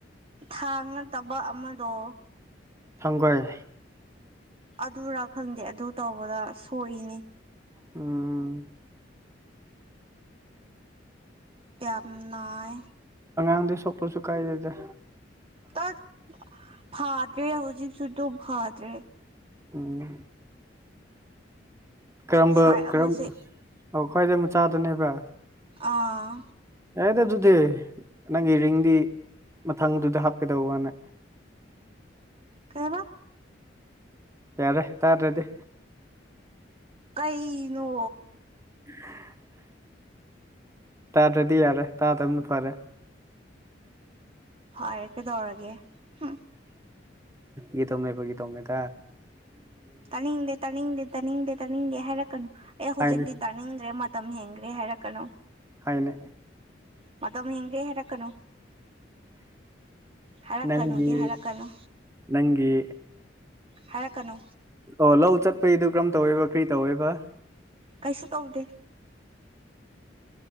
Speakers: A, on the right; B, on the right.
A: ꯊꯥꯡ ꯅꯠꯇꯕ ꯑꯃꯗꯣ
B: ꯊꯥꯡꯒꯜ
A: ꯑꯗꯨꯔꯥ ꯈꯪꯗꯦ ꯑꯗꯨ ꯇꯧꯕꯗ ꯁꯣꯛꯏꯅꯦ
B: ꯎꯝ
A: ꯀꯌꯥ ꯄꯨꯝ ꯅꯥꯏ
B: ꯑꯉꯥꯡꯗꯩ ꯁꯣꯛꯄꯁꯨ ꯀꯥꯏꯗꯦꯗꯦ
A: ꯇ ꯐꯥꯗ꯭ꯔꯦ ꯍꯧꯖꯤ ꯁꯗ ꯐꯥꯗ꯭ꯔꯦ <inaudible>
B: ꯎꯝ ꯀꯔꯝꯕ
A: ꯁꯥꯏ
B: ꯀꯔꯝ
A: ꯑꯃꯁꯦ
B: ꯑꯣ ꯈ꯭ꯋꯥꯏꯗꯩ ꯃꯆꯥꯗꯅꯦꯕ
A: ꯑꯥ
B: ꯌꯥꯏꯗ ꯑꯗꯨꯗꯤ ꯅꯪꯒꯤ ꯔꯤꯡꯗꯤ ꯃꯊꯪꯗꯨꯗ ꯍꯥꯞꯀꯗꯧꯕꯅ
A: ꯀꯩ ꯑ ꯕ
B: ꯌꯥꯔꯦ ꯇꯥꯗꯔ꯭ꯗꯤ
A: ꯀꯩ ꯅꯣ
B: <inaudible> ꯇꯥꯗ꯭ꯔꯗꯤ ꯌꯥꯔꯦ ꯇꯥꯗꯝꯅ ꯐꯔꯦ
A: ꯐꯔꯦ ꯀꯩꯗꯧꯔꯒꯦ ꯍꯝ
B: ꯒꯤꯇꯣꯃꯦ ꯑꯩꯈꯒꯤ ꯒꯤ ꯇꯣꯃꯦ ꯊ
A: ꯇꯥꯅꯤꯡꯗꯦ ꯇꯥꯅꯤꯡꯗꯦ ꯇꯥꯅꯤꯡꯗꯦ ꯇꯥꯅꯤꯡꯗꯦ ꯍꯥꯏꯔꯛꯀꯅꯨ ꯑꯩ ꯍꯧꯖꯤꯛꯇꯤ
B: ꯍꯥꯏꯅꯦ
A: ꯇꯥꯅꯤꯡꯗ꯭ꯔꯦ ꯃꯠ ꯇꯝ ꯍꯦꯟꯒ꯭ꯔꯦ ꯍꯥꯏꯔꯛꯀꯅꯨ
B: ꯍꯥꯏꯅꯦ
A: ꯃ ꯌꯥꯝꯝ ꯍꯦ ꯟꯒꯤ ꯍꯔꯛꯀꯅꯨ ꯍꯔꯛꯀꯅꯨꯗꯤ
B: ꯅꯪꯒꯤ
A: ꯍꯔꯀꯅꯨ
B: ꯅꯪꯒꯤ
A: ꯍꯥꯏꯔꯛꯀꯅꯨ
B: ꯑꯣ ꯂꯧ ꯆꯠꯄꯩꯗꯨ ꯀꯔꯝ ꯇꯧꯋꯦꯕ ꯀꯔꯤ ꯇꯧꯋꯦꯕ
A: ꯀꯩꯁꯨ ꯇꯧꯗꯦ